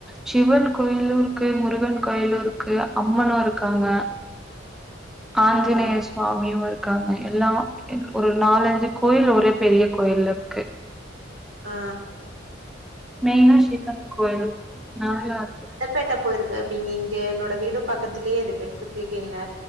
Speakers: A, in the centre; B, on the right.
A: சிவன் கோயிலூ இருக்கு முருகன் கோயிலூ இருக்கு அம்மனு இருக்காங்க ஆஞ்சினேஷ்
B: ஆ
A: சாமியு இருக்காங்க எல்லா ஒரு நாலஞ்சு கோயில் ஒரே பெரிய கோயில் இருக்கு
B: அ
A: மெயினா ஷிவன் கோவில் <unintelligible>
B: பேட்டா போயிருக்கு அப்பங்க இங்க என்னோட வீடு பக்கத்திலேயே இருக்கு ட்ரிப்லிகேன்ல